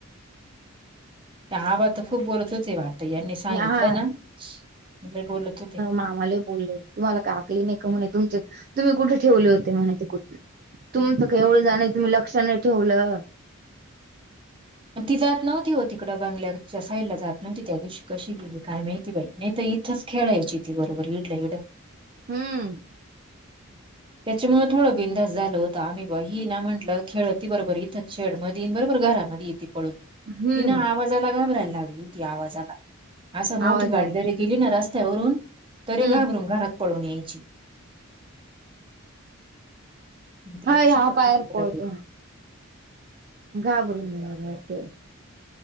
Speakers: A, on the right (about 25°); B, on the right (about 40°).
A: ते आबा तर खूप बोलत होते वाटत यांनी सांगितलं
B: हा
A: ना म्हटले बोलत होते.
B: मामा बोलले तुम्हाला का आकली नाही का म्हणे तुमचे तुम्ही कुठे ठेवले होते म्हणे ते कुठ तुमच का एवढं जाण तुम्ही लक्ष नाही ठेवलं.
A: ती जात नव्हती हो तिकड बंगल्याच्या साईडला जात नव्हती त्या दिवशी कशी गेली काय माहिती बाई नाही तर इथंच खेळायची ती बरोबर <unintelligible>
B: हम्म
A: त्याच्यामुळ थोडं बिंदास झाल होत. आम्ही बघ ही ना म्हटलं खेळती बरोबर इथंच शेडमध्ये बरोबर घरामध्ये येती पळून
B: हम्म
A: ति ना आवाजाला घाबरायला लागली होती आवाजाला असं मोठी
B: आवाज
A: गाडी
B: आला
A: तरी गेली ना रस्त्यावरून तरी
B: हम्म
A: घाबरून घरात पळून यायची. त्या
B: हा
A: दिवशी
B: ह्या
A: कशी
B: बाहेर
A: तिकडं
B: पळतो.
A: गेली
B: घाबरून ते